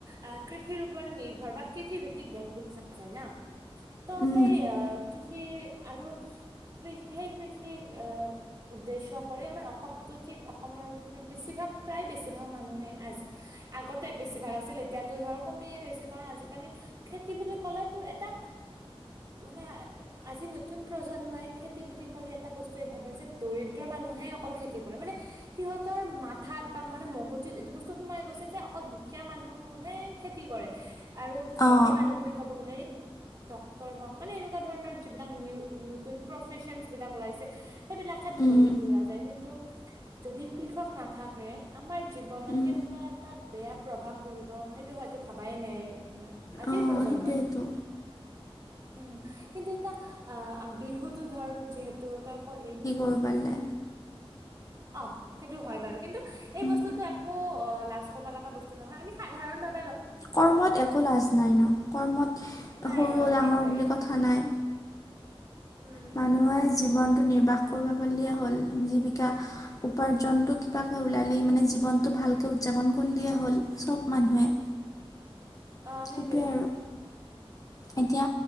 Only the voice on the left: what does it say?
উম
অঁ
উম
উম
অঁ
সেইটোৱেইটো
কৰিব পালে
উম,
কৰ্মত একো লাজ নাই ন কৰ্মত
সৰু
ডাঙৰ
বুলি কথা নাই।
মানুহে। জীৱনতটো নিৰ্বাহ কৰিব পিয়ে হ'ল জীৱিকা উপাৰ্জনতটো কিবাকে ওলালেই মানে। জীৱনটো ভালকৈ উদযাপন কৰি দিয়া হ'ল চব মানুহে।
সেইটোৱে
আৰু এতিয়া